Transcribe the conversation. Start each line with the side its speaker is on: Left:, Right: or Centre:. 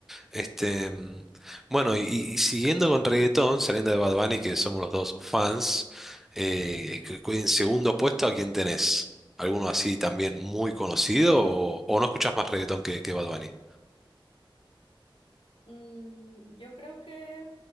Centre: Este, mm, bueno, y, y siguiendo con reggaetón, saliendo de Bad Bunny, que somos los dos fans, eh, que- que en segundo puesto, ¿a quién tenés? ¿Alguno así también muy conocido o, o no escuchás más reggaetón que, que Bad Bunny?
Left: Mm, yo creo que